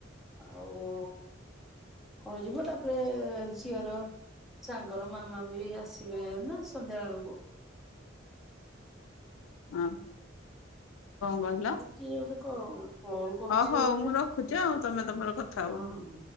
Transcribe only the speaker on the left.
ହଁ କଣ କହିଲ?
ହ ହଉ
ମୁଁ ରଖୁଛି ଆଉ ତମେ ତମର କଥା ହୁଅ।